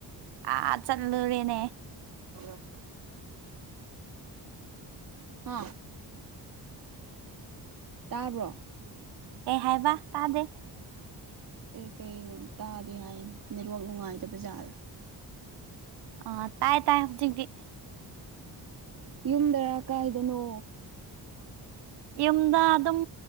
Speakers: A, on the right (about 70°); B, on the right (about 50°).
A: ꯑꯥ ꯆꯠꯂꯨꯔꯦꯅꯦ
B: ꯍꯧ꯭ꯔꯄ ꯑꯥ ꯇꯥꯕ꯭ꯔꯣ
A: ꯑꯦ ꯍꯥꯏꯕ ꯇꯥꯗꯦ
B: ꯑꯦ ꯀꯩꯩꯅꯣ ꯇꯥꯗꯦ ꯍꯥꯏꯅꯤ ꯅꯦꯠꯋꯥꯛ ꯅꯨꯡꯉꯥꯏꯗ ꯕꯖꯥꯔꯗ
A: ꯑ ꯇꯥꯏ ꯇꯥꯏ ꯍꯖꯤꯡꯗꯤ
B: ꯌꯨꯝꯗꯔꯥ ꯀꯥꯏꯗꯅꯣ
A: ꯌꯨꯝꯗ ꯑꯗꯨꯝ